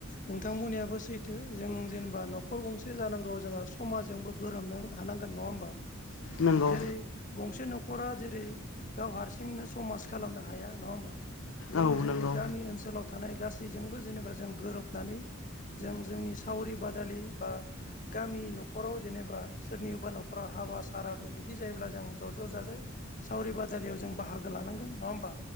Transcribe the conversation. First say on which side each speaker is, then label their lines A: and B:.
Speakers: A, on the left (about 40°); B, on the left (about 65°).
A: नोंथा थां बुंनायाबो सैथो जों जेनेबा न'खर गंसे जानांगौ जोंहा समाजजोंबो गोरोमनो हानांगोन नङा ओमबा?
B: नंगौ
A: जेरै गंसे न'खरा जेरै गाव हारसिंनो समाज खालामनो हाया नङा ओमबा? गुबुन
B: औ
A: जोंनि
B: नंगौ
A: गामि ओनसोलाव थानाय गासैजोंबो जेनेबा जों गोरोबनानै जों जोंनि सावरि बादालि बा गामि न'खराव जेनेबा सोरनिबा न'खराव हाबा सारादु बिदि जायोब्ला जों ज' ज' जाजाय सावरि बादालियाव जों बाहागो लानांगोन नङा ओमबा